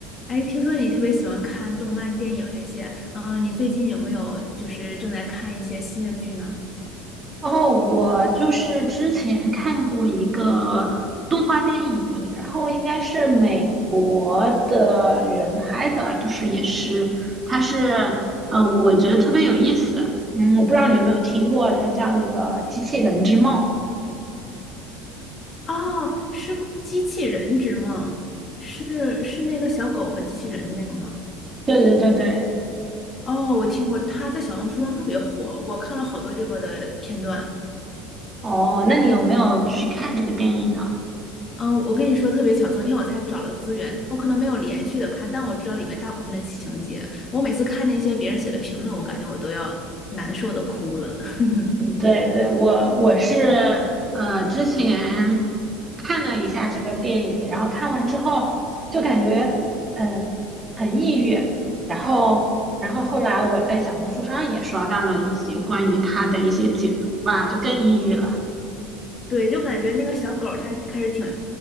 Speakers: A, on the left (about 30°); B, on the right (about 25°).
A: 哎，听说你特别喜欢看动漫、电影这些，嗯，你最近有没有就是正在看一些新的剧呢？
B: 哦，我就是之前看过一个动画电影，然后应该是美国的人拍的，就是也是，它是呃，我觉得特别有意思。嗯，我不知道你有没有听过，它叫那个《机器人之梦》。
A: 哦，是不《机器人之梦》是是那个小狗和机器人的那个吗？
B: 对对对对，
A: 哦，我听过，它在小红书上特别火，我看了好多这个的片段。
B: 哦，那你有没有去看这个电影呢？
A: 嗯，我跟你说特别巧，昨天我才找了资源，我可能没有连续的看，但我知道里面大部分的情节。我每次看那些别人写的评论，我感觉我都要难受的哭了。<laughs>
B: 嗯对对，我我是呃之前看了一下这个电影，然后看完之后就感觉嗯很抑郁，然后然后后来我在小红书上也刷到了一些关于他的一些解读吧，就更抑郁了。
A: 对，就感觉那个小狗儿它开始挺